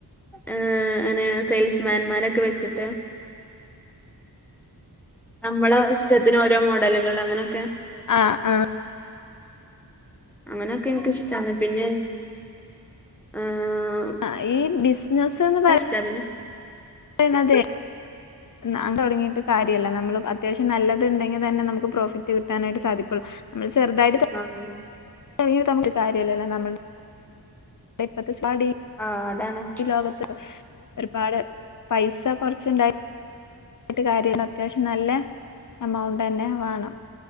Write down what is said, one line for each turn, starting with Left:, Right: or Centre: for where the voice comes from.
Centre: ഏഹ് അങ്ങനെ സെയിൽസ്മാൻമാരൊക്കെ വെച്ചിട്ട് നമ്മളെ ഇഷ്ടത്തിന് ഓരോ മോഡലുകള് അങ്ങനൊക്കെ
Left: ആഹ് ആഹ്
Centre: അങ്ങനെയൊക്കെ എനിക്കിഷ്ടമാണ് പിന്നെ ആഹ്.
Left: ആഹ് ഈ ബിസിനസ്സ് എന്ന് പറയാൻ.
Centre: റ്റും.
Left: വെറുതെ അങ്ങ് തൊടങ്ങിട്ട് കാര്യയില്ല നമ്മള് അത്യാവശ്യം നല്ലത് ഇണ്ടെങ്കിൽ തന്നെ നമുക്ക് പ്രോഫിറ്റ് കിട്ടാനായിട്ട് സാധിക്കുള്ളൂ. നമ്മള് ചെറുതായിട്ട്.
Centre: ആഹ്
Left: <unintelligible> കാര്യമില്ലല്ലോ നമ്മള് ഇപ്പത്തെ സ്റ്റാർട്ടിങ്.
Centre: ആഹ് അതാണ്.
Left: ഈ ലോകത്ത് ഒരുപാട് പൈസ കൊറച്ചുണ്ടായി. ഇട്ട് കാര്യയില്ല അത്യാവശ്യം നല്ല എമൗണ്ട് തന്നെ വേണം.